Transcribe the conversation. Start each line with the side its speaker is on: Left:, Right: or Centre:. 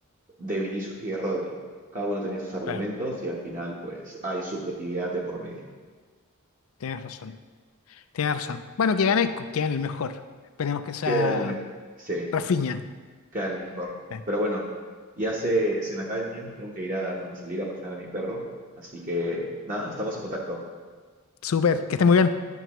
Right: de Vinicius y de Rodri, cada uno tenía sus argumentos
Left: claro,
Right: y al final pues hay subjetividad de por medio.
Left: tienes razón. Tienes razón. Bueno, que gane, que gane el mejor. Esperemos que sea
Right: Que a lo mejor, sí.
Left: Rafinha.
Right: Claro, mejor.
Left: Eh,
Right: Pero bueno, ya se, se me acaba el tiempo, tengo que ir a, tengo que salir a pasear a mi perro. Así que nada, estamos en contacto.
Left: Súper, que esté muy bien.